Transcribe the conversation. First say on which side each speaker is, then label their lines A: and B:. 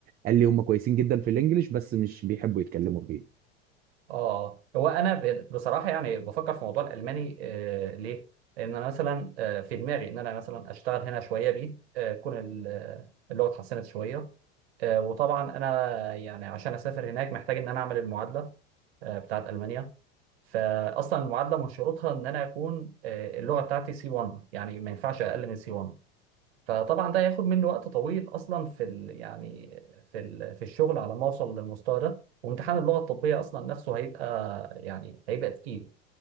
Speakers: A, on the right; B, on the right.
A: قال لي هم كويسين جدا في الانجليش بس مش بيحبوا يتكلموا فيه
B: اه آه. هو انا ب- بصراحه يعني بفكر في موضوع الالماني آه ليه؟ لان انا مثلا آه في دماغي ان انا مثلا اشتغل هنا شويه بيه آه كون ال- آه، اللغه اتحسنت شويه آه وطبعا انا يعني عشان اسافر هناك محتاج ان انا اعمل المعادله آه بتاعت المانيا فاصلا المعادله من شروطها ان انا اكون آه اللغه بتاعتي سي 1 يعني ما ينفعش اقل من سي 1 فطبعا ده هياخد مني وقت طويل اصلا في ال يعني في ال في الشغل على ما اوصل للمستوى ده وامتحان اللغه الطبيه اصلا نفسه هيبقى يعني هيبقى تقيل